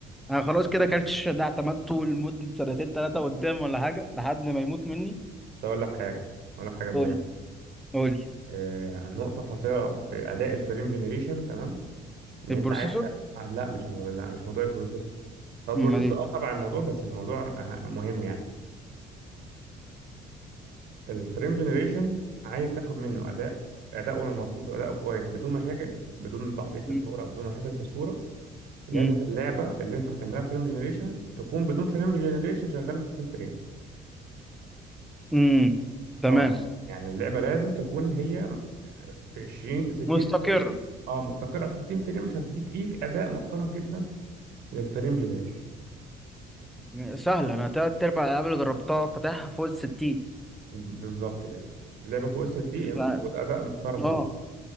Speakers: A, in the centre; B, on the right.
A: انا خلاص كده كارت الشاشه ده اعتمدته لمده سنتين ثلاثه قدام ولا حاجه لحد ما يموت مني
B: بس اقول لك حاجه اقول لك حاجه مهمه
A: قول لي قول لي
B: آه نقطه فاصله في اداء الفريم جنريشن تمام ان
A: البروسيسور
B: انت عايز لا آه، لا مش موضوع لا مش موضوع البروسيسور هو البروسيسور
A: امال
B: اه طبعا الموضوع بس الموضوع مه- مهم يعني الفريم جنريشن عايز تاخد منه اداء اداؤه المظبوط واداؤه كويس بدون مشاكل بدون تعطيل في
A: ايه؟
B: الصوره بدون مشاكل في الصوره لازم
A: امم
B: اللعبه اللي انت هتعملها فريم جنريشن تكون بدون فريم جنريشن شغاله 60 فريم
A: امم تمام
B: اه يعني اللعبه لازم تكون هي في 20 60
A: مستقرة
B: فريم اه مستقره على 60 فريم عشان تديك ليك اداء محترم جدا للفريم جنريشن
A: سهلة أنا تلات أرباع الألعاب اللي جربتها فاتحها فوق الستين
B: بالظبط كده اللعبة فوق الستين
A: ف...
B: خد أداء محترم جدا
A: اه